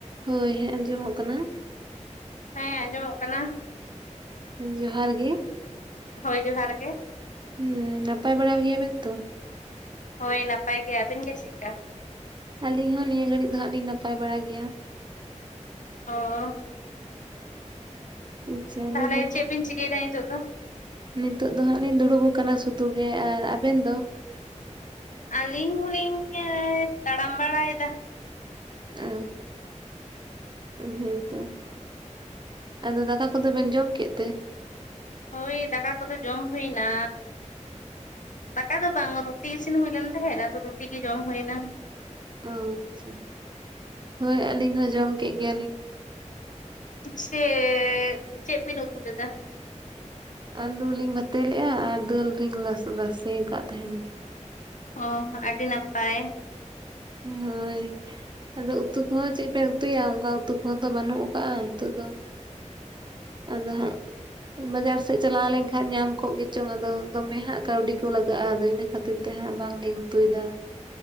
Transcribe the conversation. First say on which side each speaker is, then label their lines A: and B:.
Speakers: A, on the right; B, on the left.
A: ᱦᱳᱭ ᱦᱮᱸ ᱟᱸᱡᱚᱢᱚᱜ ᱠᱟᱱᱟ
B: ᱦᱮᱸ ᱟᱸᱡᱚᱢᱚᱜ ᱠᱟᱱᱟ
A: ᱡᱚᱦᱟᱸᱨ ᱜᱮ
B: ᱦᱳᱭ ᱡᱚᱦᱟᱸᱨ ᱜᱮ
A: ᱦᱮᱸ ᱱᱟᱯᱟᱭ ᱵᱟᱲᱟ ᱜᱮᱭᱟ ᱵᱮᱱ ᱛᱚ
B: ᱦᱳᱭ ᱱᱟᱯᱟᱭ ᱜᱮ ᱟᱹᱵᱤᱱ ᱜᱮ ᱪᱤᱜ ᱠᱟ
A: ᱟᱹᱞᱤᱧ ᱦᱚᱸ ᱱᱤᱭᱟᱹ ᱜᱷᱟᱹᱲᱤᱡ ᱫᱚ ᱦᱟᱜ ᱞᱤᱧ ᱱᱟᱯᱟᱭ ᱵᱟᱲᱟ ᱜᱮᱭᱟ
B: ᱚ
A: ᱟᱪᱪᱷᱟ
B: ᱛᱟᱦᱚᱞᱮ
A: ᱞᱮᱭᱫᱟᱞᱤᱧ
B: ᱪᱮᱫ ᱵᱤᱱ ᱪᱤᱠᱟᱹᱭᱮᱫᱟ ᱱᱤᱛᱚᱜ ᱫᱚ
A: ᱱᱤᱛᱳᱜ ᱫᱚ ᱦᱟᱸᱜ ᱞᱤᱧ ᱫᱩᱲᱩᱵ ᱟᱠᱟᱱᱟ ᱥᱩᱫᱷᱩ ᱜᱮ ᱟᱨ ᱟᱵᱮᱱ ᱫᱚ
B: ᱟᱹᱞᱤᱧ ᱦᱚᱞᱤᱧ ᱛᱟᱲᱟᱢ ᱵᱟᱲᱟᱭᱮᱫᱟ
A: ᱚᱻ ᱦᱩᱸ ᱛᱚ ᱟᱫᱚ ᱫᱟᱠᱟ ᱠᱚᱫᱚ ᱵᱮᱱ ᱡᱚᱢ ᱠᱮᱫ ᱛᱮ
B: ᱦᱳᱭ ᱫᱟᱠᱟ ᱠᱚᱫᱚ ᱡᱚᱢ ᱦᱩᱭ ᱱᱟ ᱫᱟᱠᱟ ᱫᱚ ᱵᱟᱝ ᱨᱩ ᱴᱤ ᱤᱥᱤᱱ ᱦᱩᱭ ᱞᱮᱱ ᱛᱟᱦᱮᱸᱫ ᱟᱫᱚ ᱨᱩᱴᱤ ᱜᱮ ᱡᱚᱢ ᱦᱩᱭ ᱱᱟ
A: ᱚ ᱟᱪᱪᱷᱟ ᱦᱳᱭ ᱟᱹᱞᱤᱧ ᱦᱚᱸ ᱡᱚᱢ ᱠᱮᱜ ᱜᱮᱭᱟ ᱞᱤᱧ
B: ᱪᱮᱻᱻ ᱪᱮᱜ ᱵᱤᱱ ᱩᱛᱩ ᱞᱮᱫᱟ
A: ᱟᱹᱞᱩ ᱞᱤᱧ ᱵᱷᱟᱛᱮ ᱞᱮᱜᱼᱟ ᱟᱨ ᱫᱟᱹᱞ ᱞᱤᱧ ᱞᱟᱥᱮ ᱨᱟᱥᱮ ᱟᱠᱟᱫ ᱛᱟᱦᱮᱸᱱ
B: ᱚ ᱟᱹᱰᱤ ᱱᱟᱯᱟᱭ
A: ᱦᱳᱭ ᱟᱫᱚ ᱩᱛᱩ ᱠᱚᱦᱚᱸ ᱪᱮᱫ ᱵᱮᱱ ᱩᱛᱩᱭᱟ ᱚᱱᱠᱟ ᱩᱛᱩ ᱠᱚᱦᱚᱸ ᱛᱚ ᱵᱟᱹᱱᱩᱜ ᱠᱟᱜ ᱱᱤᱛᱚᱜ ᱫᱚ ᱟᱫᱚ ᱦᱟᱸᱜ ᱵᱟᱡᱟᱨ ᱥᱮᱫ ᱪᱟᱞᱟᱣ ᱞᱮᱱᱠᱷᱟᱡ ᱧᱟᱢ ᱠᱚᱜ ᱜᱮᱪᱚᱝ ᱟᱫᱚ ᱫᱚᱢᱮ ᱦᱟᱸᱜ ᱠᱟᱹᱣᱰᱤ ᱠᱚ ᱞᱟᱜᱟᱜᱼᱟ ᱟᱫᱚ ᱤᱱᱟᱹ ᱠᱷᱟᱹᱛᱤᱨ ᱛᱮ ᱦᱟᱸᱜ ᱵᱟᱝ ᱞᱤᱧ ᱩᱛᱩᱭᱮᱫᱟ